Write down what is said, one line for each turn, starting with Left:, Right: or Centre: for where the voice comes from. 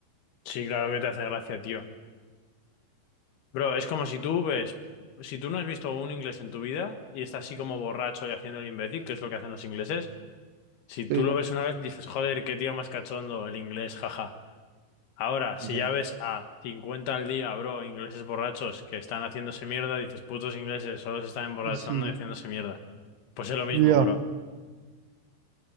Left: Sí, claro que te hace gracia, tío. Bro, es como si tú ves, si tú no has visto un inglés en tu vida y está así como borracho y haciendo el imbécil, que es lo que hacen los ingleses, si tú
Right: Sí.
Left: lo ves una vez dices, joder, qué tío más cachondo el inglés, jaja. Ahora, si
Right: Ya.
Left: ya ves a 50 al día, bro, ingleses borrachos que están haciéndose mierda, dices, putos ingleses, solo se están emborrachando
Right: Sí.
Left: y haciéndose mierda. Pues es lo mismo,
Right: Yo,
Left: bro.